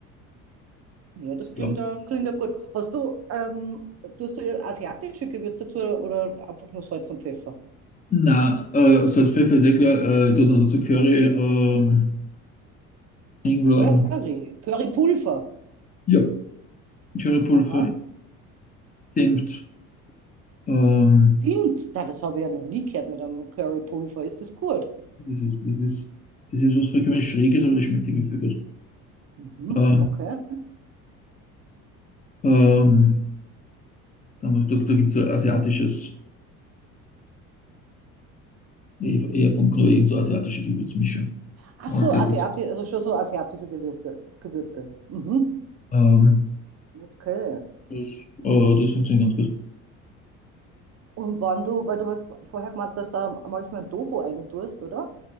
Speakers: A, on the right; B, on the left.
A: Ja, das
B: ja.
A: klingt ja, klingt ja gut. Hast du, ähm, tust du asiatische Gewürze dazu oder einfach nur Salz und Pfeffer?
B: Na, äh, Salz, Pfeffer ist eh klar, äh, ich tue dann dazu Curry, ähm,
A: Ein
B: Ingwer,
A: Curry. Currypulver.
B: ja, Currypulver,
A: Aha.
B: Senf, ähm,
A: Stimmt, na, das habe ich ja noch nie gehört mit einem Currypulver. Ist das gut?
B: Das ist, das ist, das ist was vollkommen Schräges, aber das schmeckt irgendwie viel gut.
A: Mhm,
B: Ähm,
A: okay.
B: ähm, dann, da da gibt es so asiatisches, eher eher von Knorr, irgend so asiatische Gewürzmischung.
A: Ach
B: Äh,
A: so,
B: die
A: Asiati,
B: dazu.
A: also schon so asiatische Gewürze. Gewürze. Mhm,
B: Ähm,
A: okay.
B: das, äh, das funktioniert ganz gut.
A: Und wann du, weil du hast vorher gemeint, dass da manchmal Tofu reintust, oder?